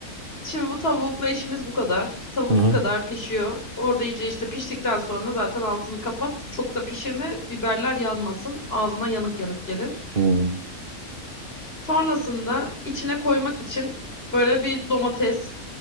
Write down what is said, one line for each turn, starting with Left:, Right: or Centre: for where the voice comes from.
Left: şimdi bu tavukla işimiz bu kadar. Tavuk
Right: Hı hı.
Left: bu kadar pişiyor. Orada iyice işte piştikten sonra zaten altını kapat. Çok da pişirme. Biberler yanmasın. Ağzına yanık yanık gelir.
Right: Hı hı.
Left: Sonrasında içine koymak için böyle bir domates